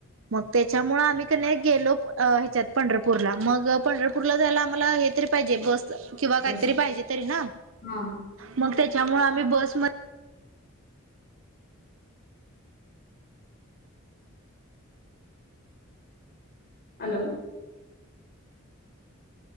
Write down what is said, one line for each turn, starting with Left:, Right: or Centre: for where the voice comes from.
Right: मग त्याच्यामुळं आम्ही कणी गेलो ह्याच्यात... पंढरपूरला मग पंढरपूरला जायला आम्हाला हे तरी पाहिजे बस... किंवा काहीतरी
Left: बस.
Right: पाहिजे तरी ना...
Left: हां.
Right: मग त्यांच्यामुळे आम्ही बसमध्ये
Left: हॅलो.